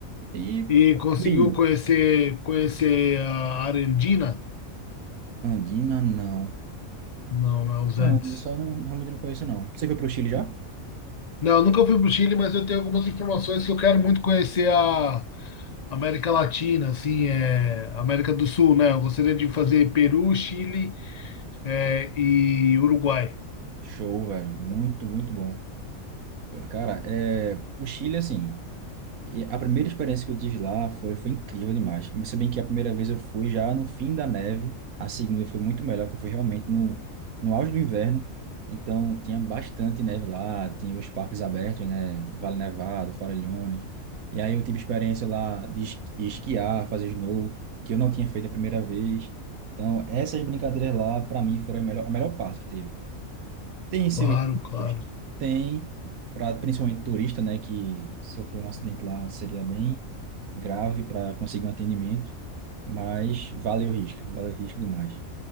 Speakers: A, on the right; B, on the left.
A: E
B: e conseguiu
A: acabei indo.
B: conhecer, conhecer a Arandina?
A: Andina, não.
B: Não, não é os
A: Não,
B: Andes.
A: isso eu não, realmente não conheço, não. Você foi para o Chile já?
B: Não, eu nunca fui para o Chile, mas eu tenho algumas informações que eu quero muito conhecer a América Latina, assim, é, América do Sul, né? Eu gostaria de fazer Peru, Chile, é, e Uruguai.
A: Show, velho. Muito, muito bom. Cara, é... o Chile, assim. E a primeira experiência que eu tive lá foi, foi incrível demais. Mas se bem que a primeira vez eu fui já no fim da neve, a segunda foi muito melhor, que foi realmente no, no auge do inverno. Então tinha bastante neve lá, tinha os parques abertos, né? Vale Nevado, Faralhones. E aí eu tive experiência lá de es- esquiar, fazer snow, que eu não tinha feito a primeira vez. Então essas brincadeiras lá, para mim, foram a melhor, a melhor parte que teve. Tem seus
B: Claro,
A: riscos?
B: claro.
A: Tem, pra, principalmente turista, né, que sofreu um acidente lá, seria bem grave para conseguir um atendimento, mas vale o risco, vale o risco demais.